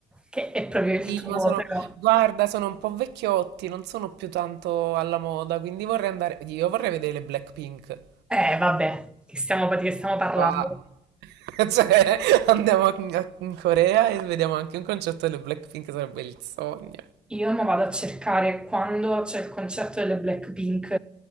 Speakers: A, in the centre; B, on the right (about 80°).
A: che è proprio il
B: Sì,
A: tuo,
B: ma sono,
A: però.
B: guarda, sono un po' vecchiotti, non sono più tanto alla moda, quindi vorrei andare, io vorrei vedere le Blackpink.
A: Eh, vabbè, che stiamo, di che stiamo parlando?
B: Ah. <laughs> Cioè, andiamo a- in Corea e vediamo anche un concerto delle Blackpink, sarebbe il sogno.
A: Io mi vado a cercare quando c'è il concerto delle Blackpink